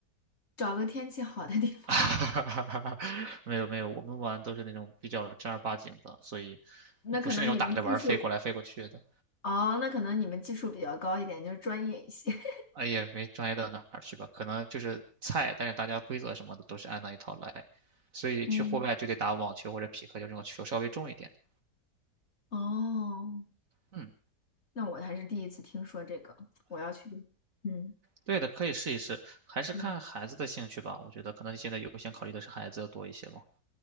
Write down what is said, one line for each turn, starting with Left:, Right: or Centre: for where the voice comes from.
Left: 找个天气好的地方。
Right: <laughs> 没有没有，我们玩都是那种比较正儿八经的，所以
Left: <laughs> 那可能你们技术
Right: 也不是那种打着玩儿飞过来飞过去的，
Left: 哦，那可能你们技术比较高一点，就是专业一些。<laughs>
Right: 哎，也没专业到哪儿去吧，可能就是菜，但是大家规则什么的都是按那一套来，所以去户外就得打网球或者匹克，
Left: 嗯，
Right: 就这种球稍微重一点的
Left: 哦，
Right: 嗯，
Left: 那我还是第一次听说这个，我要去。嗯
Right: 对的，可以试一试，还是看孩子的兴趣吧。
Left: 嗯，
Right: 我觉得可能你现在优先考虑的是孩子要多一些吧。